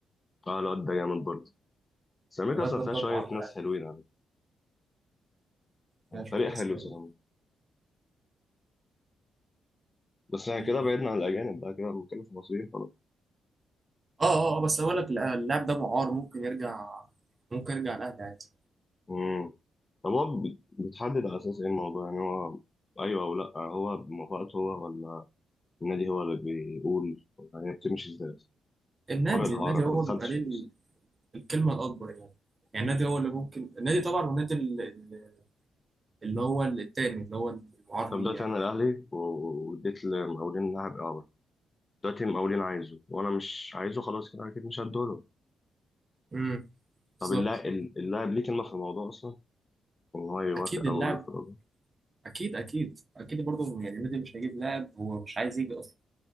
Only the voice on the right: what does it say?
الواد
ده
دمه
عرض
يعني
فيها شويه
ناس
حلوين
مم.
اه اه آه، بس اقول لك لا، اللاعب ده معار ممكن يرجع ممكن يرجع الاهلي عادي
النادي
النادي
هو
بيبقى ليه
ال-
الكلمه الاكبر يعني يعني النادي هو اللي ممكن النادي طبعا والنادي ال- ال- اللي هو التاني اللي هو المعار
ليه
يعني
امم بالظبط
اكيد اللاعب
اكيد اكيد اكيد برضه يعني النادي مش هيجيب لاعب هو مش عايز يجي اصلا